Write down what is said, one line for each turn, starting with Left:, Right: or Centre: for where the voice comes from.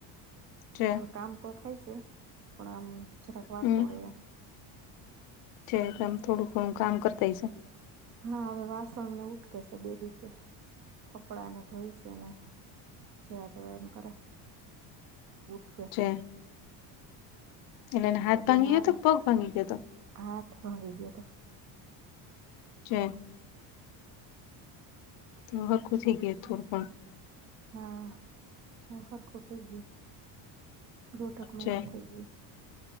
Left: છે
Right: હવે કામ તો થાય છે, પણ આમ જરાક વાંકો
Left: હમ
Right: રહે આમ.
Left: છે એમ, થોડું ઘણું કામ કરતી શે.
Right: હા, હવે વાસણ ને ઉટકે છે, બે દિવસા કપડાં ને ધોઈ શે ને. જ્યારે એમ કરે છે, ઉટકે
Left: છે એટલે એને,
Right: ઓલા
Left: હાથ
Right: બેન
Left: ભાંગી
Right: આવે
Left: ગયો તો પગ ભાંગી ગયો હતો?
Right: હાથ ભાંગી ગયો હતો.
Left: છે. અ હરખું થઈ ગયું તુ પણ
Right: હા હરખું થઈ ગયું, દોઢ એક મહિનો
Left: છે
Right: થઈ ગયો.